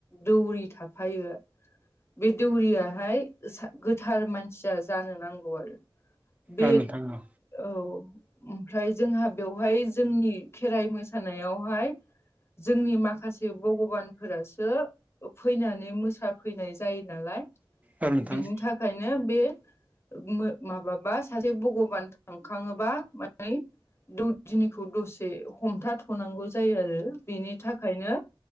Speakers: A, on the left (about 30°); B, on the right (about 15°).
A: दौरि थाफायो बे दौरियाहाय सा गोथार मानसिया जानो नांगौ आरो। बे
B: औ नोंथां औ
A: औ ओमफ्राय जोंहा बेवहाय जोंनि खेराइ मोसानायावहाय जोंनि माखासे भगबानफोरासो ओ फैनानै मोसाफैनाय जायो नालाय
B: औ नोंथां
A: बिनि थाखायनो बे मो माबाबा सासे भगबान थांखाङोबा मान दौनि खौ दसे हमथाथनांगौ जायो आरो बेनि थाखायनो